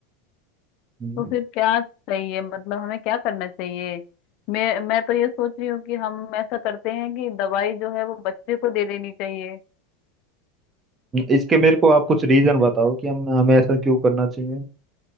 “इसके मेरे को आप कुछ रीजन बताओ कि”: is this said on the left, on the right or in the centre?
Right